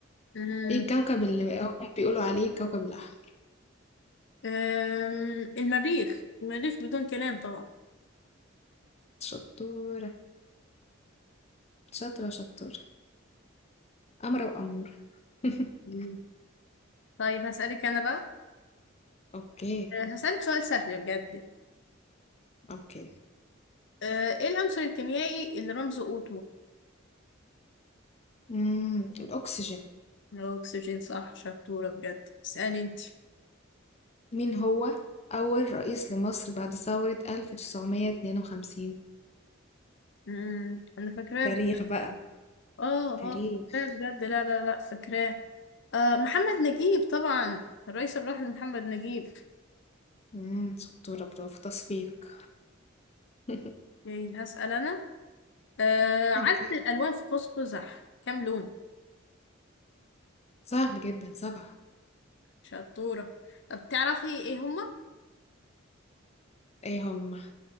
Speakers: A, on the left; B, on the left.
A: مم.
B: ايه الكوكب اللي هم بيقولوا عليه كوكب الأحمر
A: أم، المريخ المريخ بدون كلام طبعا
B: شطورة شاطرة شطورة أمرة وأمورة <laughs>
A: مم. طيب هسألك أنا بقى
B: اوكي
A: أه، هسألك سؤال سهل بجد
B: اوكي
A: أه، ايه العنصر الكيميائي اللي رمزه O2
B: امم الأكسجين
A: الاكسجين صح شطورة بجد اسألي انت
B: مين هو أول رئيس لمصر بعد ثورة 1952
A: مم. أنا فاكراه
B: تاريخ
A: ب-
B: بقى
A: اه
B: تاريخ
A: اه فاكراه بجد لا لا لا فاكراه آه محمد نجيب طبعا الرئيس الراحل محمد نجيب
B: امم شطورة برافو تصفيق <laughs>
A: ياي هسأل انا آه عدد
B: اوكي
A: الالوان في قوس قزح كام لون
B: سهل جدا سبعة
A: شطورة طب تعرفي ايه هما
B: ايه هم